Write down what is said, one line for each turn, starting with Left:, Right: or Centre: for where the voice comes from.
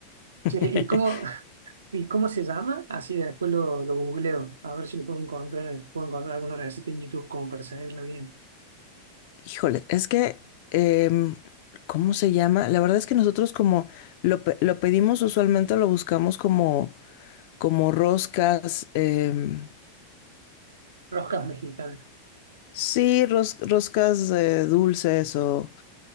Left: <laughs>
Right: Che, ¿y cómo, <laughs> y cómo se llama? Así después lo, lo googleo, a ver si lo puedo encontrar, puedo encontrar alguna receta en YouTube como para seguirla bien.
Left: Híjole, es que, em, ¿cómo se llama? La verdad es que nosotros como lo, pe- lo pedimos usualmente, lo buscamos como, como roscas, em,
Right: Roscas mexicanas,
Left: sí, ros- roscas eh, dulces o...